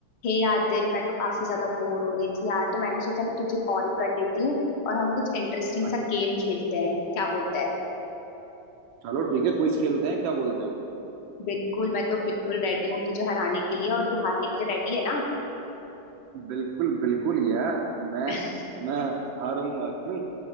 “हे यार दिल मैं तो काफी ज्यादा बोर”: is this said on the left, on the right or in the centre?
Left